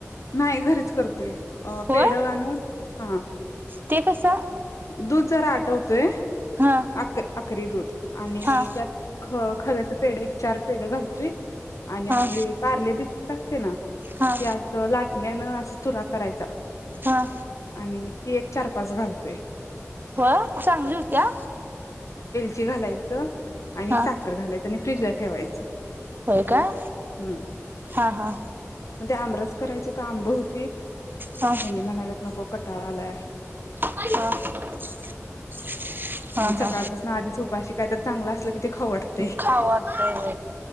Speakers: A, on the left (about 80°); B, on the right (about 40°).
A: नाही घरीच करतोय अ
B: होय.
A: पेढ आणून हा.
B: ते कसं?
A: दूध जरा आटवतोय
B: हा
A: आक आकडी दूध आणि
B: हा
A: त्यात ख खव्याच पेड एक चार पेड घालतोय. आणि
B: हा
A: आपली पार्ले बिस्किट असतय ना.
B: हा
A: ते अस लाटण्यानं. चुरा करायचा.
B: हा
A: आणि ती एक चार पाच घाल. ते,
B: हो चांगली होत्या.
A: ची घालायचं. आणि
B: हा
A: साखर घालायचं आणि फ्रिजला ठेवायचं,
B: होय काय
A: हम
B: हा हा
A: मग ते आमरस करायचं. का आंब होतीत.
B: हा
A: हेनी म्हणाल्यात. नको कटाळा आलाय.
B: हा. हा हा
A: सकाळपासून आधीच उपाशी काय तरी चांगलं असलं की, किती खाऊ वाटतं.
B: खाऊ वाटतं